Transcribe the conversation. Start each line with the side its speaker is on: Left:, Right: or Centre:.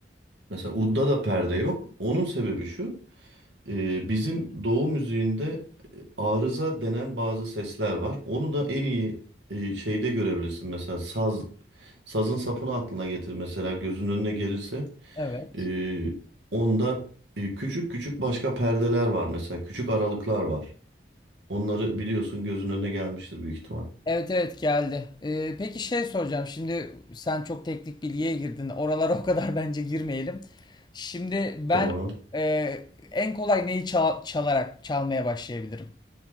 Right: Mesela udda da perde yok. Onun sebebi şu. Ee, bizim doğu müziğinde e, arıza denen bazı sesler var. Onu da en iyi e, şeyde görebilirsin. Mesela saz, sazın sapını aklına getir mesela gözünün önüne gelirse.
Left: Evet.
Right: Ee, onda e, küçük küçük başka perdeler var mesela. Küçük aralıklar var. Onları biliyorsun gözünün önüne gelmiştir büyük ihtimal.
Left: Evet evet geldi. Ee, peki şey soracağım. Şimdi sen çok teknik bilgiye girdin. Oralara <laughs> o kadar bence girmeyelim. Şimdi ben
Right: Tamam.
Left: e, en kolay neyi çal- çalarak çalmaya başlayabilirim?